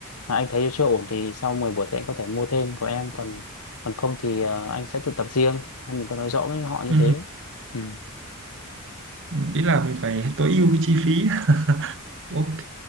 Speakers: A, on the left; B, on the right.
A: mà anh thấy chưa ổn thì sau 10 buổi thì anh có thể mua thêm của em còn còn không thì à, anh sẽ tự tập riêng em mình có nói rõ với họ như
B: ừ.
A: thế ừ.
B: Ừ, Ý là mình phải tối ưu cái chi phí. <laughs> Ok.